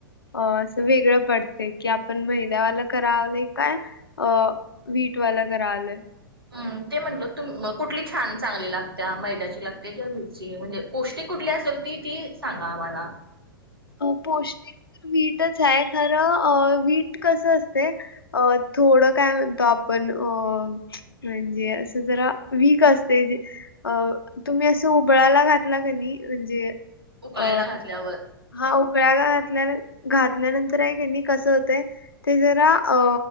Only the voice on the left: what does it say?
अ असं वेगळं पडते की आपण मैद्यावाल करावलेय काय? अ वीटवाल करायलोय.
अ पौष्टिक तर वीटच आहे खरं वीट कसं असतय अ थोडं काय म्हणतो आपण अ म्हणजे असं जरा वीक असतय. अ तुम्ही असं हुबळाला घातला क नाही म्हणजे
अ.
हा उकळायला घातल्या घातल्यानंतर हाय काय नाही कस होतय. ते जरा अ